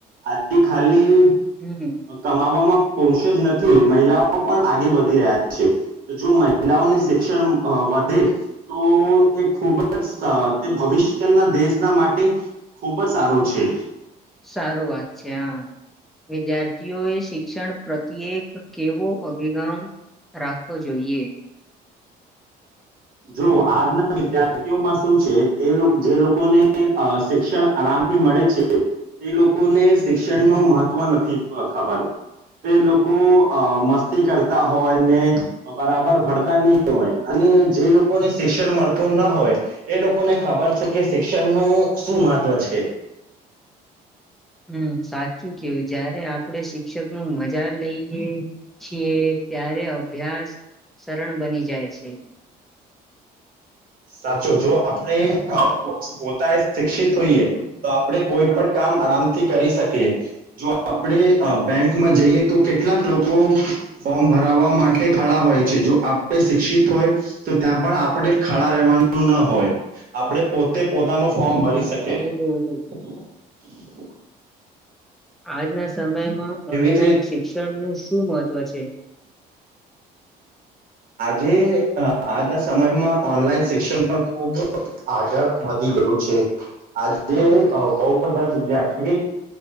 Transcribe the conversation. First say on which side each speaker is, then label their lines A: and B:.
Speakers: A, on the right; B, in the centre.
A: આજથી ખાલી
B: હમ
A: કમાવામાં પુરુષ જ નથી, મહિલાઓ પણ આગે વધી રહ્યા છે, તો જો મહિ મહિલાઓને
B: હમ
A: શિક્ષણ અ વ હમ્મ, તો એ ખૂબ જ, તે ભવિષ્યના દેશના માટે ખૂબ જ સારું છે.
B: સારું વાત છે. હા, વિદ્યાર્થીઓએ શિક્ષણ પ્રત્યે કેવો અભિગમ રાખવો જોઈએ.?
A: જો આજના વિદ્યાર્થીઓમાં શું છે? એ લોકોને જે લોકોને શિક્ષણ આરામથી મળે છે, તે લોકોને શિક્ષણનું
B: હ
A: મહત્ત્વ નથી. <unintelligible> ખબર તે લોકો લોકો અ મસ્તી કરતા હોય ને બરાબર ભણતા નહી હોય, અને જે લોકોને શિક્ષણ મળતું ના હોય, એ લોકોને ખબર છે, કે શિક્ષણનું શું મહત્વ છે.?
B: હમ્મ, સાચ શું કેવું? જયારે આપ આપણે શિક્ષક નું મજા લઈએ છીએ, ત્યારે અભ્યાસ સરળ બની જાય છે.
A: સાચો જો આપણે પોતાએ શિક્ષિત હોઈએ તો, આપણે કોઈ પણ કામ આરામથી કરી શકીએ. જો આપણે બેંકમાં જઈએ તો કેટલાક લોકો ફોર્મ ભરાવા માટે ખાળા હોય છે. જો આપણે શિક્ષિત હોય તો, ત્યાં પણ આપણે ખડા રહેવાનું ના હોય, આપણે પોતે પોતાનું ફોર્મ
B: હમ
A: ભરી શકે.
B: હમ
A: <unintelligible>
B: આજ ના સમયમાં ઓનલાઈન
A: જ રીતે
B: શિક્ષણ નું શું મહત્વ છે?
A: આજે આજના સમયમાં ઓનલાઈન શિક્ષણ પણ ખુબ આગળ વધી ગેલુ છે. આજે હું અ બહુ બધા વિદ્યાર્થી